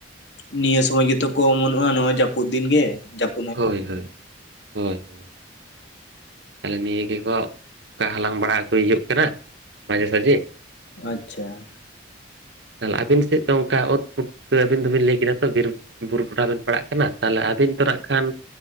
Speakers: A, on the left (about 60°); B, on the right (about 65°).
A: ᱱᱤᱭᱟᱹ ᱥᱚᱢᱚᱡ ᱜᱮᱛᱚ ᱠᱚ ᱚᱢᱚᱱᱚᱜᱼᱟ ᱱᱚᱜ-ᱚᱭ ᱡᱟᱹᱯᱩᱫ ᱫᱤᱱ ᱜᱮ ᱡᱟᱯ
B: ᱦᱳᱭ ᱦᱳᱭ, ᱦᱳᱭ ᱾ ᱛᱟᱦᱚᱞᱮ ᱱᱤᱭᱟᱹ ᱜᱮᱠᱚ ᱚᱱᱠᱟ ᱦᱟᱞᱟᱝ ᱵᱟᱲᱟ ᱠᱚ ᱦᱤᱡᱩᱜ ᱠᱟᱱᱟ ᱢᱟᱡᱷᱮ ᱥᱟᱡᱷᱮ ᱾
A: ᱟᱪᱪᱷᱟ ᱾
B: ᱛᱟᱦᱚᱞᱮ ᱟᱵᱤᱱ ᱥᱮᱫ ᱫᱚ ᱚᱱᱠᱟ ᱩᱫ ᱯᱩᱴᱠᱟᱹ ᱟᱹᱵᱤᱱ ᱫᱚᱵᱤᱱ ᱞᱟᱹᱭ ᱠᱮᱫᱟ ᱛᱚ ᱵᱤᱨ ᱵᱩᱨᱩ ᱴᱚᱴᱷᱟ ᱵᱤᱱ ᱯᱟᱲᱟᱜ ᱠᱟᱱᱟ ᱛᱟᱦᱞᱮ ᱟᱹᱵᱤᱱ ᱫᱚ ᱱᱟᱜ ᱠᱷᱟᱱ